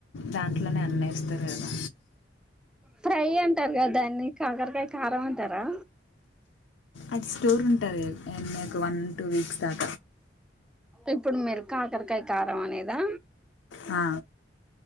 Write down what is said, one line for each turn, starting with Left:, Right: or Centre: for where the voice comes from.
Left: దాంట్లోనే అన్యిస్తంది కదా
Centre: ఫ్రై అంటారు కదా దాన్ని కాకరకాయ కారం అంటారా
Left: అది స్టోర్ ఉంటదికు వన్ అండ్ టూ వీక్స్ దాకా
Centre: ఇప్పుడు మీరు కాకరకాయ కారం అనేదా
Left: హా